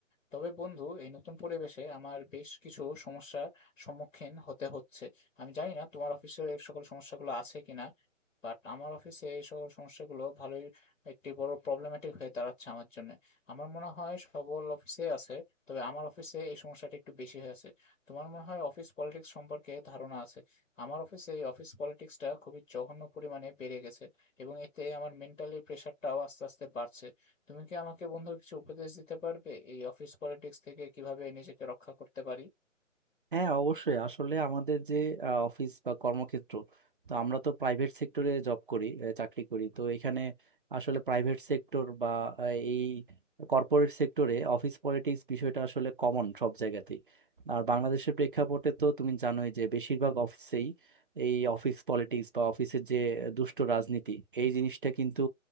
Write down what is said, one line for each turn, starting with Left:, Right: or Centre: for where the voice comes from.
Left: তবে বন্ধু এই নতুন পরিবেশে আমার বেশ কিছু সমস্যার সম্মুখীন হতে হচ্ছে আমি জানি না তোমার অফিসে এই সকল সমস্যাগুলো আছে কিনা বাট আমার অফিসে এই সকল সমস্যাগুলো ভালোই একটি বড় প্রবলেম্যাটিক হয়ে দাঁড়াচ্ছে আমার জন্য আমার মনে হয় সবল অফিসে আছে তবে আমার অফিসে এই সমস্যাটা একটু বেশি হয়েছে তোমার মনে হয় অফিস পলিটিক্স সম্পর্কে ধারণা আছে আমার অফিসে এই অফিস পলিটিক্সটা খুবই জঘন্য পরিমাণে বেড়ে গেছে এবং এতে আমার মেন্টালি প্রেশারটাও আস্তে আস্তে বাড়ছে তুমি কি আমাকে বন্ধু কিছু উপদেশ দিতে পারবে এই অফিস পলিটিক্স থেকে কিভাবে নিজেকে রক্ষা করতে পারি
Right: হ্যাঁ অবশ্যই আসলে আমাদের যে আহ, অফিস বা কর্মক্ষেত্র তো আমরা তো প্রাইভেট সেক্টরে জব করি আহ, চাকরি করি তো এখানে আসলে প্রাইভেট সেক্টর বা আহ, এই কর্পোরেট সেক্টরে অফিস পলিটিক্স বিষয়টা আসলে কমন সব জায়গাতেই আর বাংলাদেশের প্রেক্ষাপটে তো তুমি জানোই যে বেশিরভাগ অফিসেই এই অফিস পলিটিক্স বা অফিসের যে দুষ্ট রাজনীতি এই জিনিসটা কিন্তু